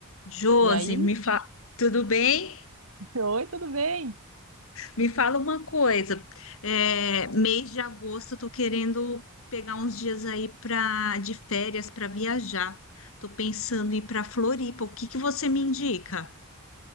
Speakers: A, on the left; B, on the right.
A: Josi,
B: E aí?
A: me fa... tudo bem?
B: <laughs> Oi, tudo bem?
A: Me fala uma coisa. É, mês de agosto, tô querendo pegar uns dias aí pra, de férias para viajar. Tô pensando em ir para Floripa. O que que você me indica?